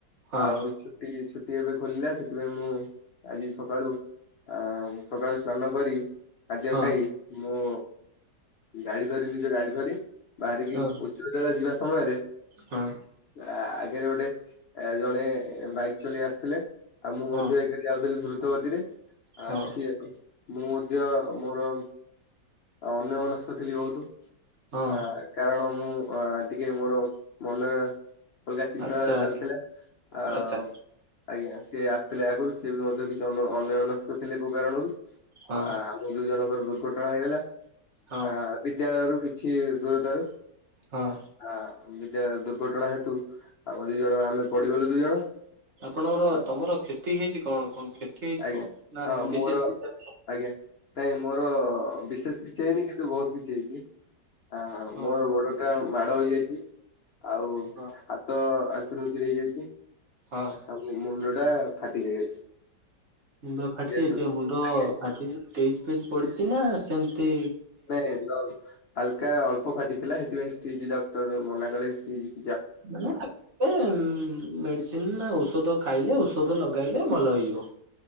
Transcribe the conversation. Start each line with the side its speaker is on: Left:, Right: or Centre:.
Right: ହଁ
Left: ଆଉ ଟି ଛୁଟି ଏବେ ଖୋଲିଲା ସେଥିପାଇଁ ମୁଁ ଆଜି ସକାଳୁ ଆ ସକାଳୁ ସ୍ନାନ କରି ଖାଦ୍ୟ
Right: ହଁ
Left: ଖାଇ ମୁଁ ଗାଡି ଧରି ନିଜ ଗାଡି ଧରି ବାହାରିକି
Right: ହଁ
Left: ଉଚ୍ଚ ବିଦ୍ୟାଳୟ ଯିବା ସମୟରେ
Right: ହଁ
Left: ଆଗରେ ଗୋଟେ ଜଣେ ଏ ବାଇକ୍ ଚଲେଇ ଆସୁଥିଲେ ଆଉ ମୁଁ
Right: ହଁ
Left: ମଧ୍ୟ ଯାଉଥିଲି ଦ୍ରୁତ ଗତିରେ ଆସ୍
Right: ହଁ
Left: ସିଏ ମୁଁ ମଧ୍ୟ ମୋର ଅନ୍ୟମନସ୍କ ଥିଲି ବହୁତୁ
Right: ହଁ
Left: ଆ କାରଣ ମୁଁ ଅ ଟିକେ ମୋର ମନରେ ଅଲଗା ଚିନ୍ତାଧାରା
Right: ଆଚ୍ଛା
Left: ଚାଲିଥିଲେ ଆ
Right: ଆଚ୍ଛା
Left: ଆଜ୍ଞା ସିଏ ଆସିଥିଲେ ଆଗରୁ ସିଏ ବି ମଧ୍ୟ କିଛି ଅନ୍ୟ ଅନ୍ୟମନସ୍କ ଥିଲେ କୋଉ କାରଣରୁ।
Right: ହଁ
Left: ଆ ଆମ ଦୁଇ ଜଣଙ୍କର ଦୁର୍ଘଟଣା ହେଇଗଲା।
Right: ହଁ
Left: ଆ ବିଦ୍ୟାଳୟରୁ କିଛି ଦୂରତାରୁ
Right: ହଁ।
Left: ହାଁ ବିଦ୍ୟାଳୟ ଦୁର୍ଘଟଣା ହେତୁ ଆମ ଦି ଜଣ ଆମେ ପଡିଗଲୁ ଦୁଇ ଜଣ
Right: ଆପଣଙ୍କର
Left: ଆ
Right: ତମର କ୍ଷତି ହେଇଛି କଣ? କଣ କ୍ଷତି ହେଇଛି,
Left: ଆଜ୍ଞା
Right: କଣ
Left: ହଁ
Right: ନା ବିଶେଷ
Left: ମୋର
Right: କିଛି
Left: ଆଜ୍ଞା, ନାଇଁ ମୋର ବିଶେଷ କିଛି ହେଇନି, କିନ୍ତୁ ବହୁତ କିଛି ହେଇଛି। ଆଁ
Right: ହଁ
Left: ମୋ ଗୋଡଟା ମାଡ ହେଇଯାଇଛି। ଆଉ ହା
Right: ହଁ
Left: ହାତ ଆଞ୍ଚୁରୀ ଉଞ୍ଚୁରୀ ହେଇଯାଇଛି।
Right: ହଁ।
Left: ଆଉ ମୁଣ୍ଡଟା ଫାଟି ଯାଇଅଛି।
Right: ମୁଣ୍ଡ ଫାଟି
Left: ଯେହେତୁ
Right: ଯାଇଛି, ଆଉ ମୁଣ୍ଡ
Left: ଆଜ୍ଞା
Right: ଫାଟିଜାଇ ଷ୍ଟିଚ ଫିଚ ପଡିଛି? ନା ସେମତି
Left: ନାଇଁ ମୁଣ୍ଡ ହାଲକା ଅଳ୍ପ ଫାଟିଥିଲା। ସେଥିପାଇଁ ଷ୍ଟିଚ, ଡକ୍ଟର ମନା କଲେ ଷ୍ଟିଚ
Right: <unintelligible> ଏ ମେଡିସିନ ନା ଔଷଧ ଖାଇଲେ ଔଷଧ ଲଗାଇଲେ ଭଲ ହେଇଯିବ।